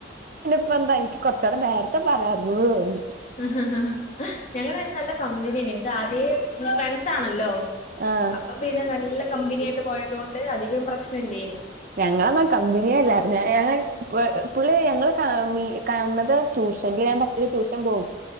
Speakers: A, on the right (about 45°); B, on the left (about 35°).
A: ഇപ്പന്താ എനിക്ക് കാെറച്ചൊടെ നേരത്തെ പറയാര്ന്നൂന്ന് തോന്നി
B: ഇഹ്ഹ്ഹ് ഞങ്ങള് ഐന് നല്ല കമ്പിനേന് ഇജ് ആദ്യേ ഇങ്ങള് ഫ്രണ്ട്സാണല്ലോ
A: ആ
B: അപ്പൊ പിന്നെ നല്ല കമ്പ്നി ആയിട്ട് പോയതോണ്ട് അധികം പ്രശ്നം ഇല്ലേയിന്
A: ഞങ്ങളെന്നും കമ്പ്നിയെ അല്ലാര്ന്നേ ഏഹ് പുവേ പുള്ളി ഞങ്ങള് കാ മീ കാൺണത് ട്യൂഷനല് ഞാൻ പത്ത് രൂ ട്യൂഷൻ പോകും